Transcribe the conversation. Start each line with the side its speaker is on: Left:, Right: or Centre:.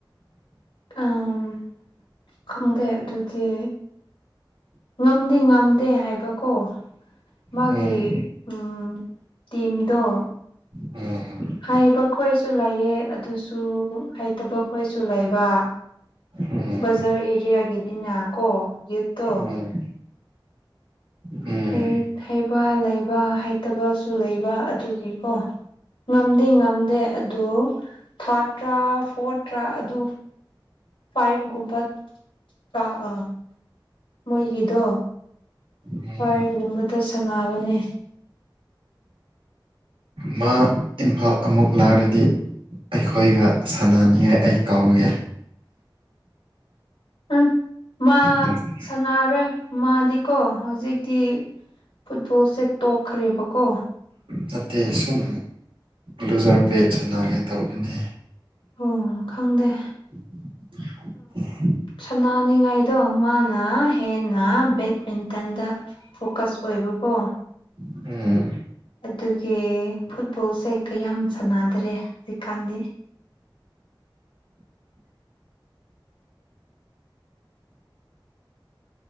Left: ꯑꯝ ꯈꯪꯗꯦ ꯑꯗꯨꯗꯤ ꯉꯝꯗꯤ ꯉꯝꯗꯦ ꯍꯥꯏꯕꯀꯣ ꯃꯥꯒꯤ
Right: ꯎꯝ
Left: ꯎꯝ ꯇꯤꯝꯗꯣ
Right: ꯑꯝ
Left: ꯍꯥꯏꯕ ꯈꯣꯏꯁꯨ ꯂꯩꯌꯦ ꯑꯗꯨꯁꯨ ꯍꯩꯇꯕ ꯈꯣꯏꯁꯨ ꯂꯩꯕ
Right: ꯎꯝ
Left: ꯕꯖꯥꯔ ꯑꯦꯔꯤꯌꯥꯒꯤꯗꯤꯅꯥ ꯀꯣ ꯌꯨꯠꯇꯣ
Right: ꯎꯝ ꯎꯝ
Left: ꯍꯩ ꯍꯩꯕ ꯂꯩꯕ ꯍꯩꯇꯕꯁꯨ ꯂꯩꯕ ꯑꯗꯨꯒꯤꯀꯣ ꯉꯝꯗꯤ ꯉꯝꯗꯦ ꯑꯗꯨ ꯊꯥꯔꯠꯇ꯭ꯔꯥ ꯐꯣꯔꯠꯇ꯭ꯔꯥ ꯑꯗꯨ ꯐꯥꯏꯚ ꯀꯨꯝꯕ ꯀꯥ ꯑꯥ ꯃꯣꯏꯒꯤꯗꯣ
Right: ꯎꯝ
Left: ꯄꯥꯏꯕꯒꯨꯝꯕꯗ ꯁꯥꯟꯅꯕꯅꯦ
Right: ꯃꯥ ꯏꯝꯐꯥꯜ ꯑꯃꯨꯛ ꯂꯥꯛꯔꯗꯤ ꯑꯩꯈꯣꯏꯒ ꯁꯥꯟꯅꯅꯤꯉꯥꯏ ꯑꯩ ꯀꯧꯒꯦ
Left: ꯎꯝ ꯃꯥ
Right: ꯎꯝ
Left: ꯁꯥꯟꯅꯥꯔꯣꯏ ꯃꯥꯗꯤꯀꯣ ꯍꯧꯖꯤꯛꯇꯤ ꯐꯨꯠꯕꯣꯜꯁꯦ ꯇꯣꯛꯈ꯭ꯔꯦꯕꯀꯣ
Right: ꯅꯠꯇꯦ ꯁꯨꯝ ꯂꯨꯖ꯭ꯔ ꯄꯦꯠ ꯁꯅꯥꯒꯦ ꯇꯧꯕꯅꯦ
Left: ꯎꯝ ꯈꯪꯗꯦ
Right: <inaudible>
Left: ꯁꯅꯥꯅꯤꯡꯉꯥꯏꯗꯣ ꯃꯥꯅ ꯍꯦꯟꯅ ꯕꯦꯠꯃꯤꯟꯇꯟꯗ ꯐꯣꯀꯁ ꯑꯣꯏꯕꯀꯣ
Right: ꯎꯝ
Left: ꯑꯗꯨꯒꯤ ꯐꯨꯠꯕꯣꯜꯁꯦ ꯀꯌꯥꯝ ꯁꯥꯟꯅꯗꯔꯦ ꯍꯧꯖꯤꯛꯀꯥꯟꯗꯤ